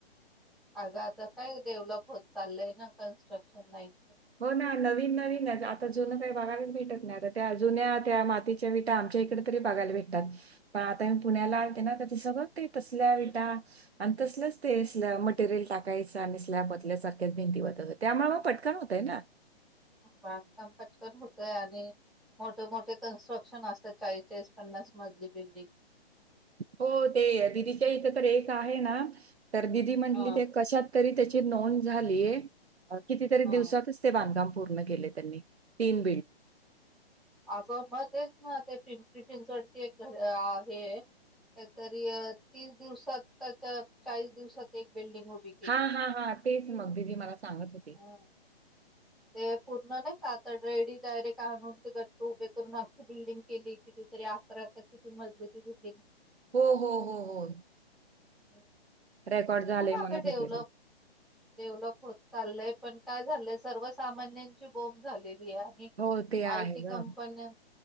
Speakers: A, in the centre; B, on the right.
A: आग आता काय, डेव्हलप होत चालय ना कन्स्ट्रक्शन लाईन.
B: हो ना नवी नवीन नवीन आता जुनं काही बघायलाच भेटत नाही. त्या जुन्या त्या मातीचा विटा, आमच्या इकडं तर बगायला भेटतात. पण आता पुण्याला अलते ना तर सगळं ते तसल्या विटा आणि तसलं चं ते स्लॅप मटरेल टाकायचं आणि स्लॅप ओतल्या सारखं भिंती ओतत होत्या त्यामुळं पटकन होत होतय ना.
A: बांधकाम पटकन होतय, आणि मोठे मोठे कन्स्ट्रक्शन असत चाळीचाळीस पन्नास मजली बिल्डिंग.
B: हो ते दिदीच्या इथे, तर एक आहे ना तर दिदी म्हंटली
A: हा
B: ते कशात तरी, त्याची नोंद झाली ये. कितीतरी
A: हा
B: दिवसातच ते बांधकाम. पूर्ण केलंय त्यांनी, तीन
A: आगं मगं तेचं, ना ते पि चिंचवड एक घर आहे. कायतरी तीस दिवसात का चाळीस दिवसात एक, बिल्डिंग उभी केली.
B: हां, हां, हां. तेच मग दिदि मला सांगत होती.
A: हं ते पु मगं नाही का आता रेडी डायरेक्ट आणून ते घट्ट उभे करून अख्खी बिल्डिंग केली. किती तरी अकरा मजली तरी.
B: हो हो हो हो.
A: हम्म
B: रेकॉर्ड झाले
A: खूप अगं
B: म्हणत
A: डेव्हलप
B: होते ते.
A: डेव्हलप होत. चालय पण काय झालंय सर्व सामान्यांची बोम्ब झालंय. ते आणि
B: हो, ते
A: आयटी
B: आहे गं.
A: कंपन्या